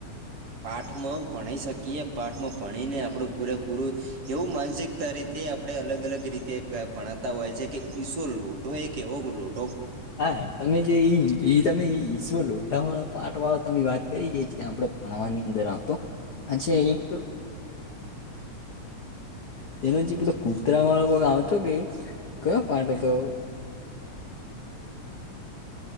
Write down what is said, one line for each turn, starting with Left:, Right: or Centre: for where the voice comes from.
Right: પાઠમા ભણાઈ શકીએ પાઠમ ભણીને આપડુ પૂરેપૂરુ એવું માનસિકતા રીતે આપડે અલગ અલગ રીતે કા ભણાતા હોય છે કે ઈસો લોઢો એ એવો કુ લોગ.
Left: હા તમે જે ઈ ઈ તમે ઈ ઈ શું લો તમે પાટ વાળો તમમે વાત કરી ગઈ છી આપડ તણવાની અંદર આવતો, આછ એક તેનો જે પેલો કૂતરા માળો કોક આવતો કે કયો પટો હતો.